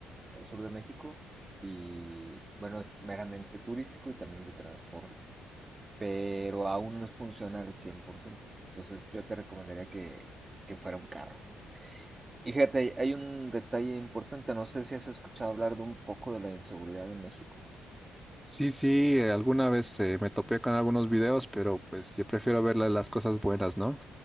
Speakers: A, on the right (about 20°); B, in the centre.
A: el sur de México, y bueno, es meramente turístico y también de transporte, pero aún no es funcional al 100%. Entonces yo te recomendaría que, que fuera un carro, ¿no? Y fíjate, hay un detalle importante, no sé si has escuchado hablar de un poco de la inseguridad en México.
B: Sí, sí, eh, alguna vez eh, me topé con algunos videos, pero pues yo prefiero ver la- las cosas buenas, ¿no?